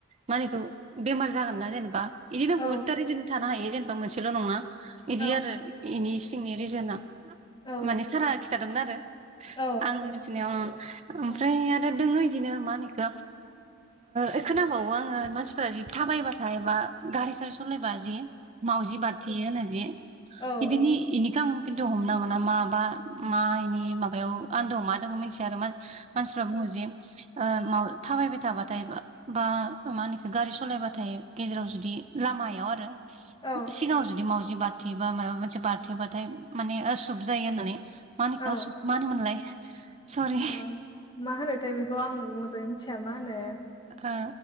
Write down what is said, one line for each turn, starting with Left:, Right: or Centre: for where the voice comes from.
Right: मा होनो बिखौ बेमार जागोन ना जेनेबा बिदिनो
Left: औ
Right: बुहुत्तारिजन थानो हायो जेने बा मोनसेल नङा। इदि
Left: औ
Right: आरो इनि सिंनि रिजोना।
Left: औ
Right: माने सारा खिथादोंमोन आरो
Left: औ
Right: आं मिथिनायाव ओमफ्राय
Left: औ
Right: आरो दोङो बिदिनो मा होनो इखौ ओ खोनाबावो आङो मानसिफोरा जि थाबायबाथाय बा गारि सारि सालायबा जि मावजि बाथ थेयो होनो जे
Left: औ
Right: इदिनि इनिखो आं खिन्थु हमना मोना माबा मा इनि माबायाव आन्दोआव मा दोङो मिथिया आरो मा मानसिफ्रा बुङो जे ओ माव थाबायबाय थाबाथाय बा बा मा होनोएखो गारि सलायबाथाय गेजेराव जुदि लामायाव आरो
Left: औ
Right: सिगांआव मावजि बारथेबा माबा मोनसे बारथेबाथाय माने ओ सुब जायो होननानै। मानिखा
Left: औ
Right: सुद मा होनोमोनलाय सरि।
Left: औ मा होनोथाय बेखौ आंबो मोजाङै मिथिया मा होनो।
Right: ओ